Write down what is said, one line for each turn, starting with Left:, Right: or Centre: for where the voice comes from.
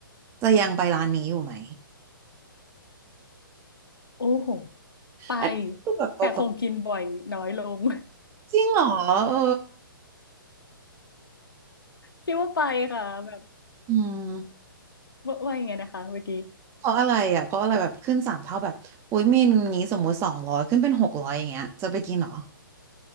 Right: จะยังไปร้านนี้อยู่ไหม
Left: โอ้โห ไป
Right: อันนี้คือแบบเบา
Left: แต่คงกินบ่อยน้อยลง <laughs>
Right: ๆจริงเหรอเออ
Left: คิดว่าไปค่ะแบบ
Right: อืม
Left: ว่าว่ายังไงนะคะเมื่อกี้
Right: เพราะอะไรอ่ะเพราะอะไรแบบขึ้นสามเท่าแบบโอ้ยเมนูนี้สมมติสองร้อยขึ้นเป็นหกร้อยอย่างเงี้ยจะไปกินเหรอ